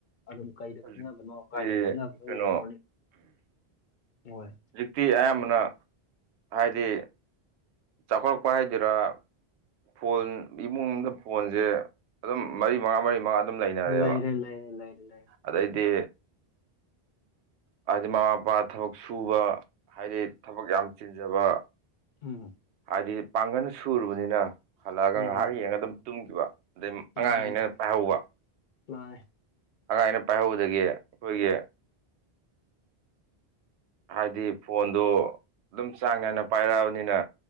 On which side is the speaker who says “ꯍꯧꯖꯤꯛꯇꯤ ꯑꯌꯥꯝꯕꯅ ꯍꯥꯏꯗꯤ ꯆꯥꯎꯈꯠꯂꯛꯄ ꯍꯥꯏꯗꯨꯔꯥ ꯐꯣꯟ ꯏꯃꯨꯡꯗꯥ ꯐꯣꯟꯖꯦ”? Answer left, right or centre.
Right